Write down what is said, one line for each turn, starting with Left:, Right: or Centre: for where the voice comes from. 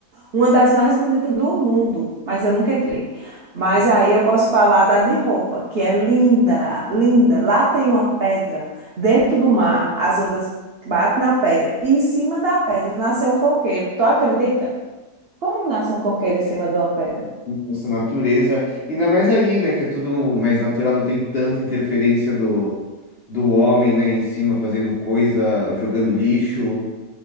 Right: uma das mais bonitas do mundo, mas eu nunca entrei. Mas aí eu posso falar da de roupa, que é linda, linda. Lá tem uma pedra dentro do mar, as ondas batem na pedra e em cima da pedra nasceu um coqueiro. Tu acredita? Como nasce um coqueiro em cima de uma pedra?
Left: Nossa natureza, ainda mais aí, né, que é tudo mais natural, não tem tanta interferência do, do homem, né, em cima fazendo coisa, jogando lixo.